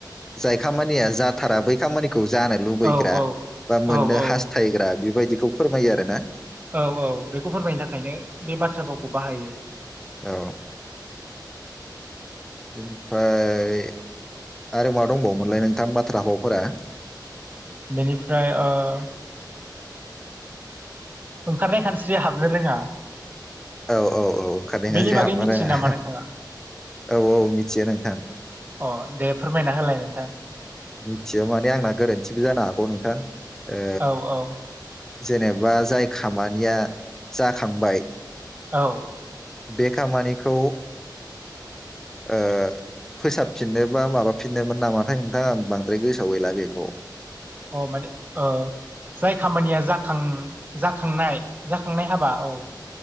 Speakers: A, in the centre; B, on the right (about 25°).
A: जाय खामानिया जाथारा बै खामानि खौ जानो लुबैग्रा
B: औ औ
A: बा मोननो
B: औ औ
A: हास्थायग्रा बेबादि बिखौ फोरमायो आरो ना
B: औ - औ बेखौ फोरमायनो थाखायनो बे बाथ्रा भावखौ बाहायो
A: औ बेनिफ्राय आरो मा दंबावोमोनलाय नोंथां बाथ्रा भावफोरा
B: बेनिफ्राय ओ ओंखारनाय खानस्रिया हाबनो रोङा
A: औ - औ - औ ओंखारनाय
B: बेनि
A: खानस्रिया
B: बागै
A: हाबनो
B: मिथियो
A: रोङा
B: नामा नोंथाङा
A: औ - औ मिथियो नोंथां
B: अ दे फोरमायना होलाय नोंथां
A: मिथियो माने आंना गोरोन्थिबो जानो हागौ नोंथां ओ
B: औ - औ
A: जेनेबा जाय खामानिया जाखांबाय
B: औ
A: बे खामानिखौ ओ फोसाबफिननो बा माबाफिननोमोन नामाथाय नोंथां आं बांद्राय गोसाव गैला बेखौ
B: अ माने ओ जाय खामानिया जाखां जाखांनाय जाखांनाय हाबा औ